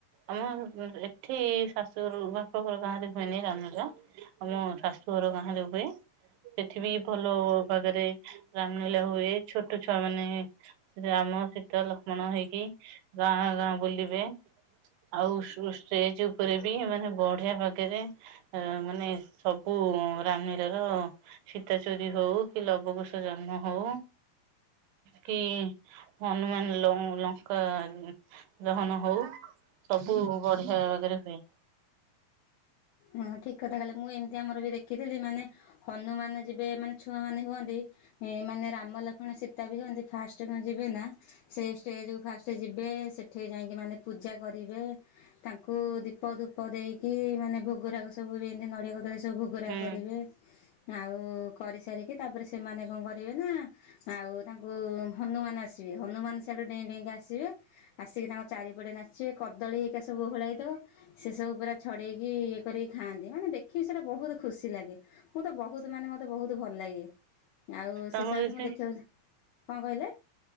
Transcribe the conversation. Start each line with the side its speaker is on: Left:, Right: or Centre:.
Right: ଆମ ଏଠି ଶାଶୁଘରୁ ବାପ ଘର ଗାଁରେ ହୁଏନି ରାମା। <unintelligible> ଆମ ଶାଶୁ ଘର ଗାଁରେ ହୁଏ। ସେଠି ବି ଭଲ ଭାବରେ ରାମଲୀଳା ହୁଏ ଛୋଟ ଛୁଆ ମାନେ ରାମ ସୀତା ଲକ୍ଷ୍ମଣ ହେଇକି ଗାଁ ଗାଁ ବୁଲିବେ। ଆଉ ଶୁ ଷ୍ଟେଜ ଉପରେ ବି ମାନେ ବଢିଆ ପାଗରେ ଏ ମାନେ ସବୁ ରାମୀରା ର ସୀତା ଚୋରୀ ହଉ କି ଲବ କୁଷ ଜନ୍ମ ହଉ କି ହନୁମାନ ଲ ଲଙ୍କା ହନ ହଉ ସବୁ ବଢିଆ ଭାବରେ ହୁଏ।
Left: ହଁ ଠିକ କଥା କହିଲେ ମୁଁ ଏମିତି ଆମର ବି ଦେଖିଥିଲି ମାନେ ହନୁମାନ ଯିବେ ମାନେ ଛୁଆ ମାନେ ହୁଅନ୍ତି। ମାନେ ରାମ ଲକ୍ଷ୍ଣ ସୀତା ବି ହୁଅନ୍ତି ଫାଷ୍ଟ କଣ ଯିବେ ନା ସେଇ ଷ୍ଟେଜ ଉ ଫାଷ୍ଟ ଯିବେ ସେଠି ଯାଇକି ମାନେ ପୂଜା କରିବେ ତାଙ୍କୁ ଦୀପ ଧୂ ପ ଦେଇକି ମାନେ ଭୋଗରାଗ ସବୁ ଏମିତି ନଡିଆ କୋଦଳୀ ସବୁ ଭୋଗରାଗ
Right: ହୁଁ
Left: କରିବେ। ଆଉ କରିସାରିକି ତାପରେ ସେମାନେ କଣ କରିବେ ନା ଆଉ ତାଙ୍କୁ ହନୁମାନ ଆସିବେ ହନୁମାନ ସେଆଡୁ ଡେଇଁ ଡେଇଁକି ଆସିବେ। ଆସିକି ତାଙ୍କ ଚାରିପଟେ ନାଚିବେ କଦଳୀ ହେଇକା ସବୁ ଓହଳେଇ ଦବ ସେଇ ସବୁ ପୁରା ଛଡେଇକି ଇଏ କରିକି ଖାଆନ୍ତି ମାନେ ଦେଖିକି ସେଇଟା ବୋହୁତ ଖୁସି ଲାଗେ ମୁଁ ତ ବୋହୁତ ମାନେ ମତେ ବୋହୁତ ଭଲ ଲାଗେ। ଆଉ ଶେଷ
Right: ତାଙ୍କୁ
Left: ଆସ ମୁଁ ଦେଖିବାକୁ କଣ କହିଲେ?